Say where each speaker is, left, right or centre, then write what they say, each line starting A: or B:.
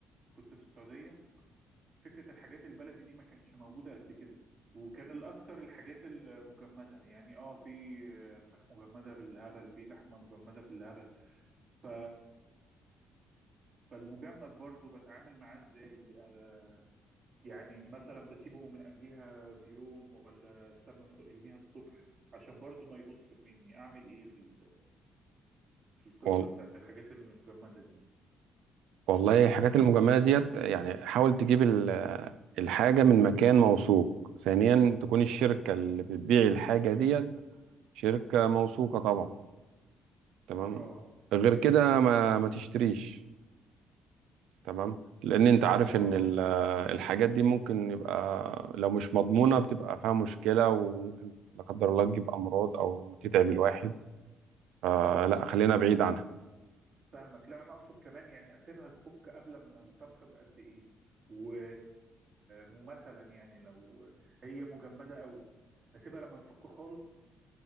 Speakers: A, on the right; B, on the right.
A: كنت في السعوديه فكرة الحاجات البلدي دي ما كانتش موجودة قد كده وكان الأكتر الحاجات المجمدة يعني اه في فراخ مجمدة بالهبل في لحمة مجمدة في الهبل ف... فالمجمد برضو بتعامل معاه ازاي آه، يعني مثلا بسيبه من قبليها بيوم ولا استنى الص- يوميها الصبح عشان برضو ما يبص مني اعمل ايه في ال... في القصة
B: مم.
A: بتاعت الحاجات المجمدة دي
B: والله الحاجات المجمعة ديت يعني حاول تجيب ال- الحاجة من مكان موثوق ثانيا تكون الشركة اللي بتبيع الحاجة ديت شركة موثوقة طبعا تمام
A: اه
B: غير كده ما, ما تشتريش تمام لأن أنت عارف
A: اه
B: إن ال- الحاجات دي ممكن يبقى لو مش مضمونة بتبقى فيها مشكلة وممكن لا قدر الله تجيب أمراض أو تتعب الواحد فلا خلينا بعيد عنها
A: فاهمك لا انا اقصد كمان يعني اسيبها تفك قبل ما الطبخ بقد ايه و... ومثلا يعني لو هي مجمده قوي اسيبها لما تفك خالص